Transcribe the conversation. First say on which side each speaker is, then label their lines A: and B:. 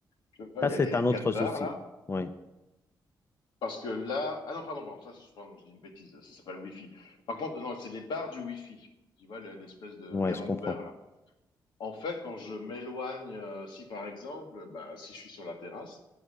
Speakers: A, on the left; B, on the left.
A: tu vois,
B: Ça,
A: il y
B: c'est
A: a les
B: un autre
A: quatre barres
B: souci.
A: là.
B: Oui,
A: Parce que là, ah non, pardon, pardon, ça, c'est- pardon, je dis une bêtise, ça s'appelle Wi-Fi. Par contre, non, c'est les barres du Wi-Fi. Tu vois, le- l'espèce de
B: ouais,
A: camembert,
B: je comprends.
A: là. En fait, quand je m'éloigne, euh, si par exemple, bah, si je suis sur la terrasse,